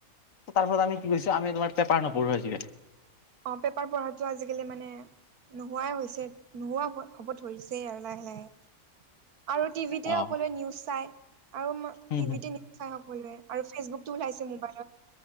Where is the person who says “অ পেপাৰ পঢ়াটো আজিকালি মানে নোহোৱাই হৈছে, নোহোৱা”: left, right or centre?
Right